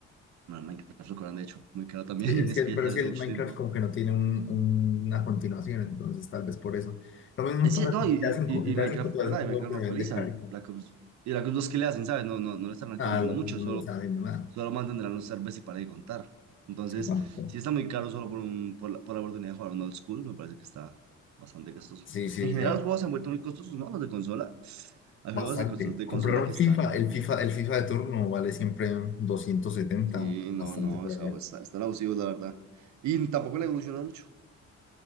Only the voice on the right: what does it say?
Bueno, Minecraft lo cobran, de hecho, muy caro también,
<laughs> eso
que
ya sale
hace
mucho
tiempo.
Es
cierto,
no, y,
y,
y Minecraft,
de verdad,
y Minecraft
lo
actualizan.
Black Ops, y Black Ops 2 que le hacen, ¿sabes? No, no, no lo están actualizando
mucho,
solo,
solo mantendrán los servers y para de contar. Entonces,
si está muy caro solo por, un, por, la, por la oportunidad de jugar un old school, me parece que está bastante costoso.
En general,
los juegos se han vuelto muy costosos, ¿no? Los de consola. Hay
juegos de, costos- de
consola
que están
Sí,
no, no,
está-
está- están abusivos, la verdad. Y tampoco le evolucionan mucho.